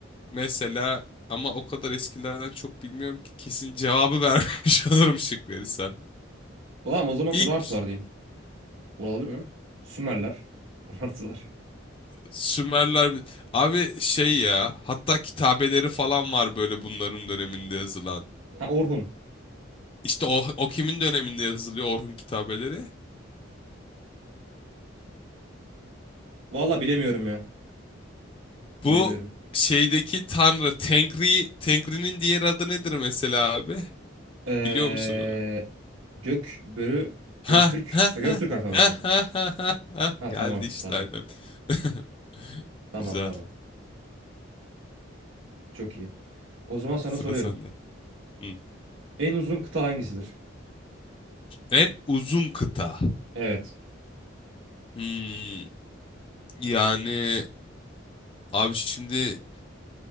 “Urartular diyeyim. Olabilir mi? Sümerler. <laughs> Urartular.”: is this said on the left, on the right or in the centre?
Right